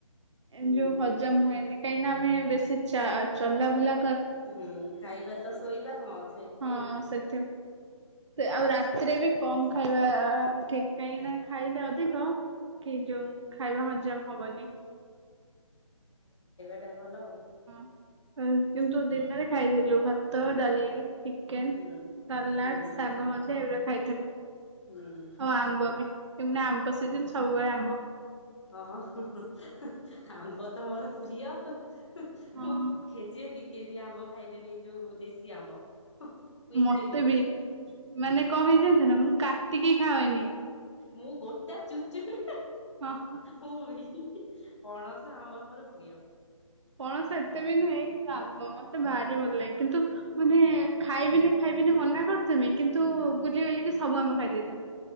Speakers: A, on the left; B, on the right.
A: ହୁଁ
B: ଏମ ଯୋଉ ହଜମ ହୁଏନି କାହିଁକିନା ଆମେ ବେଶୀ ଚା ଚଲା ବୁଲା
A: ହୁଁ ଖାଇବା ତ ଶୋଇବା ହଉଉ ସେଇଥିପାଇଁ
B: ହଁ
A: ଆଉ।
B: ସେଥି ଆଉ ରାତିରେ ବି କମ ଖାଇବା ଠିକ କାହିଁକି ନା ଖାଇଲେ ଅଧିକ କି ଯୋଉ ଖାଇବା ହଜମ ହବନି।
A: ଗଲ ଉଁ।
B: ହଁ। କିନ୍ତୁ ଦିନରେ ଖାଇଥିଲୁ ଭାତ, ଡାଲି ଚିକେନ,
A: ହୁଁ
B: ସାଲାଡ,
A: ହୁଁ
B: ଶାଗ ଭଜା ଏଗୁଡା ଖାଇଥିଲୁ।
A: ହୁଁ।
B: ଆଉ ଆମ୍ବ ବି ଏଉନା ଆମ୍ବ ସେଜିନ ହୁଏ ଆମ୍ବ।
A: ହଁ। ହ ତ ମୋର ପ୍ରିୟ
B: ହଁ।
A: ମୁଁ ଖଜିଏ ଦି କେଜି ଆମ୍ବ ଖାଇଦେବି। ଯୋଉ ଦେଶୀ ଆମ୍ବ। ମୁଁ ଏତେ
B: ମତେ
A: ପ୍ରିୟ।
B: ବି। ମାନେ କଣ ହେଇଛି ଯାନିଚନା ମୁଁ କାଟିକି ଖାାଉଏନି।
A: ମୁଁ ଗୋଟା ଚୁଚୁମି,
B: ହଁ ହଁ
A: ମୁଁ ବି ପଣସ ଆମ୍ବ ମୋର ପ୍ରିୟ।
B: ପଣସ ଏତେ ବି ନୁହେଁ କିନ୍ତୁ ଆମ୍ବ ମତେ ଭାରି ଭଲଲାଗେ କିନ୍ତୁ ମାନେ ଖାଇବିନି ଖାଇବିନି ମନା କରୁଥିବି କିନ୍ତୁ
A: ହୁଁ
B: ବୁଲି ବାଲିକି ସବୁ ଆମ ଖାଇ ଦେତିନ